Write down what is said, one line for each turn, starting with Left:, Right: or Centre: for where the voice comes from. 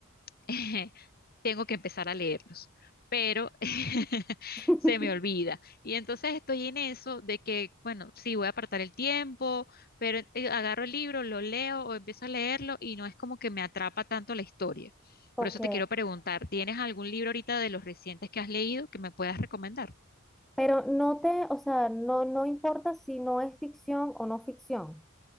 Left: <laughs> tengo que empezar a leerlos, pero <laughs>
Centre: <laughs>
Left: se me olvida. Y entonces estoy en eso de que, bueno, sí, voy a apartar el tiempo, pero eh, agarro el libro, lo leo o empiezo a leerlo y no es como que me atrapa tanto la historia.
Centre: Ok.
Left: Por eso te quiero preguntar, ¿tienes algún libro ahorita de los recientes que has leído que me puedas recomendar?
Centre: Pero no te, o sea, no, no importa si no es ficción o no ficción.